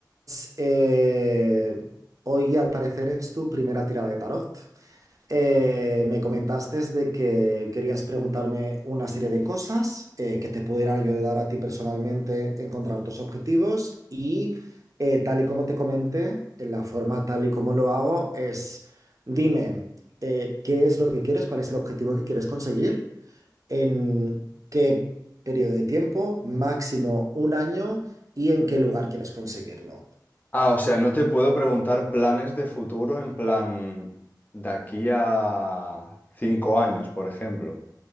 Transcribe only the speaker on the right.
Pues, Eh, hoy al parecer es tu primera tirada de tarot. Eh, me comentaste de que querías preguntarme una serie de cosas eh, que te pudieran ayudar a ti personalmente a encontrar tus objetivos y eh, tal y como te comenté, en la forma tal y como lo hago es, dime eh, qué es lo que quieres, cuál es el objetivo que quieres conseguir, en qué periodo de tiempo, máximo un año y en qué lugar quieres conseguirlo.